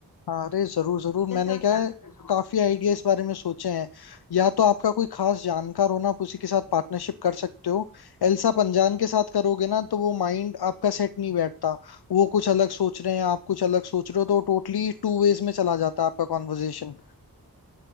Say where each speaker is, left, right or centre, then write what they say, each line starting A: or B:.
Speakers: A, on the left; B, on the left.
A: अरे जरूर जरूर
B: कैसे
A: मैंने
B: और
A: क्या
B: क्या
A: है
B: करना होगा।
A: काफी आइडिया इस बारे में सोचे हैं या तो आपका कोई खास जानकार हो ना आप उसी के साथ पार्टनरशिप कर सकते हो एल्सा पंजान के साथ करोगे ना तो वो माइंड आपका सेट नहीं बैठता वो कुछ अलग सोच रहे हैं आप कुछ अलग सोच रहे हो तो टोटली टू वेज में चला जाता है आपका कॉन्वर्जेशन